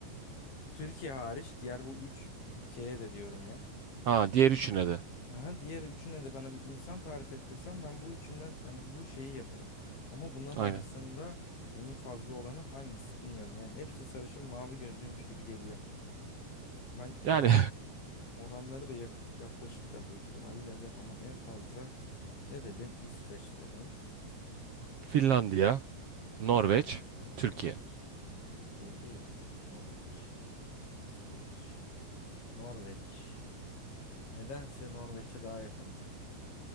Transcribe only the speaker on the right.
Ha diğer üçüne de.
Aynen.
Yani
<laughs> Finlandiya,
Norveç,
Türkiye.